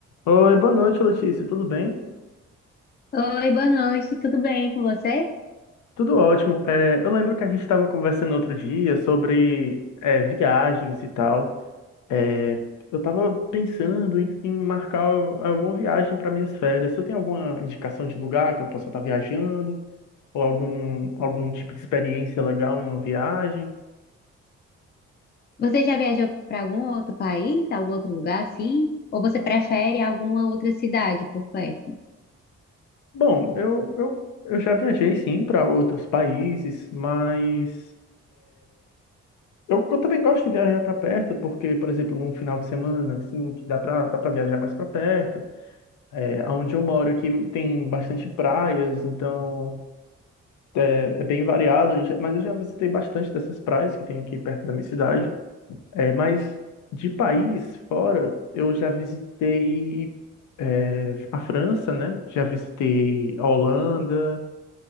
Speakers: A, on the left (about 80°); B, on the left (about 35°).
A: Oi, boa noite, Letícia. Tudo bem?
B: Oi, boa noite, tudo bem com você?
A: Tudo ótimo. É, eu lembro que a gente estava conversando outro dia sobre é, viagens e tal. É, eu estava pensando em, em marcar alguma viagem para minhas férias. Você tem alguma indicação de lugar que eu possa estar viajando? Ou algum, algum tipo de experiência legal em uma viagem?
B: Você já viajou para algum outro país, algum outro lugar assim? Ou você prefere alguma outra cidade por perto?
A: Bom, eu, eu, eu já viajei sim para outros países, mas. Eu, eu também gosto de viajar para perto, porque, por exemplo, num final de semana, assim, que dá para dá para viajar mais para perto. É, onde eu moro aqui tem bastante praias, então é, é bem variado, já- mas eu já visitei bastante dessas praias que tem aqui perto da minha cidade. É, mas de país fora, eu já visitei é, a França, né? Já visitei a Holanda,